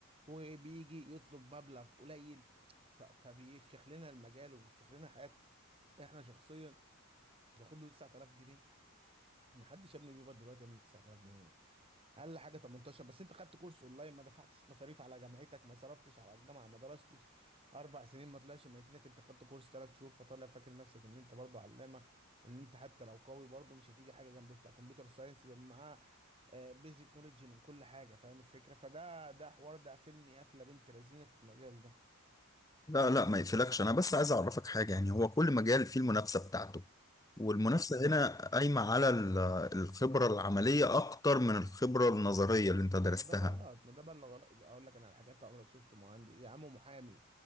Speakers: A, on the right; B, on the left.
A: وبيجي يطلب مبلغ قليل ف- فبيفشخ لنا المجال وبيفشخ لنا حياة احنا شخصيا ناخد له 9000 جنيه ما حدش يا ابني بيقبض دلوقتي يا ابني 9000 جنيه اقل حاجه 18 بس انت خدت كورس اونلاين ما دفعتش مصاريف على جامعتك ما صرفتش على الجامعه ما درستش اربع سنين ما طلعش ميتينك انت خدت كورس ثلاث شهور فطالع فاكر نفسك ان انت برضه علامه وان انت حتى لو قوي برضه مش هتيجي حاجه جنب بتاع كمبيوتر ساينس يبقى معاه بيزك نولوجي من كل حاجه فاهم الفكره فده ده حوار ده قافلني قفله بنت لذينه في المجال ده
B: لا لا ما يقفلكش انا بس عايز اعرفك حاجه يعني هو كل مجال فيه المنافسه بتاعته والمنافسه هنا قايمه على ال- الخبره العمليه اكتر من الخبره النظريه اللي انت درستها
A: ما ده غلط ما ده بقى اللي غلط ده اقول لك انا على حاجات عمرك شفت مهندس يا عم محامي